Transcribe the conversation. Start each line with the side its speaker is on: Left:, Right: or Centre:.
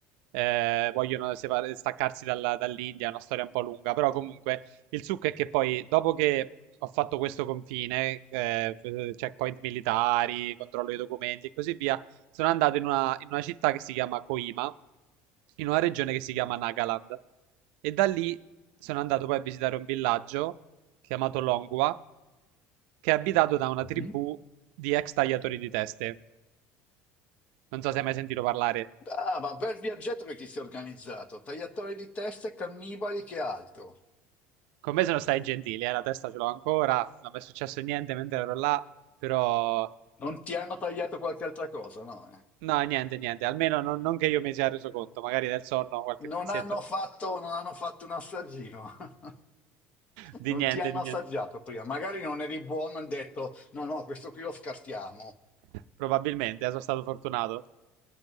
Right: eh, vogliono separ- staccarsi dalla- dall'India, è una storia un po' lunga, però comunque il succo è che poi dopo che ho fatto questo confine, eh, checkpoint militari, controllo dei documenti e così via, sono andato in una, in una città che si chiama Coima, in una regione che si chiama Nagaland e da lì sono andato poi a visitare un villaggio chiamato Longwa che è abitato da una
Left: Mhm.
Right: tribù di ex tagliatori di teste. Non so se hai mai sentito parlare.
Left: Ah, ma bel viaggetto che ti sei organizzato. Tagliatori di teste, cannibali, che altro?
Right: Con me sono stati gentili, eh, la testa ce l'ho ancora, non mi è successo niente mentre ero là, però...
Left: Non ti hanno tagliato qualche altra cosa, no? eh?
Right: No, niente, niente, almeno non, non che io mi sia reso conto, magari nel sonno qualche
Left: Non
Right: pezzetto
Left: hanno fatto, non hanno fatto un assaggino. <laughs>
Right: di
Left: Non
Right: niente,
Left: ti hanno
Right: di niente.
Left: assaggiato prima. Magari non eri buono, hanno detto, no, no, questo qui lo scartiamo.
Right: Probabilmente, eh, sono stato fortunato.